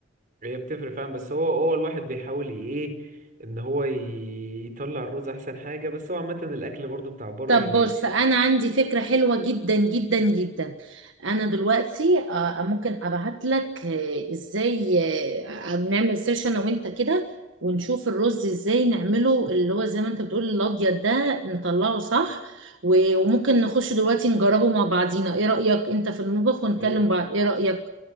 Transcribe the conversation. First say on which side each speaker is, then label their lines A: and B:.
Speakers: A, on the right; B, on the right.
A: هي بتفرق فاهم بس هو هو الواحد بيحاول ي- ايه ان هو ي- يطلع الرز احسن حاجة بس هو عامة الاكل برضو بتاع بره
B: طب
A: يعني
B: بص انا عندي فكرة حلوة جدا جدا جدا انا دلوقتي آه، ممكن ابعت لك آه، ازاي آه، نعمل سيرش انا وانت كده ونشوف الرز ازاي نعمله اللي هو زي ما انت بتقول الابيض ده نطلعه صح و- وممكن نخش دلوقتي نجربه مع بعضينا ايه رأيك انت في المطبخ ونكلم
A: آه،
B: بعض ايه رأيك